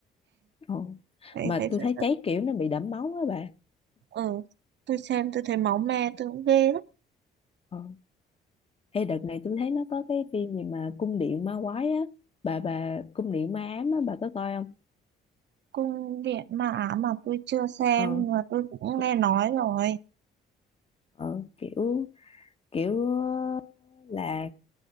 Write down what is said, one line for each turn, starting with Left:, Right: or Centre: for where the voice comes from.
Left: Ồ.
Right: thấy
Left: Mà
Right: thấy
Left: tôi
Right: sợ
Left: thấy
Right: sợ
Left: cháy kiểu nó bị đẫm máu á bà.
Right: ừ tôi xem tôi thấy máu me tôi cũng ghê lắm
Left: Ờ. Ê đợt này tôi thấy nó có cái phim gì mà cung điện ma quái á, bà bà cung điện ma ám á bà có coi không?
Right: cung điện ma ám mà tôi chưa xem
Left: Ờ,
Right: nhưng mà tôi cũng
Left: cu-
Right: nghe nói rồi
Left: ờ kiểu kiểu ờ, là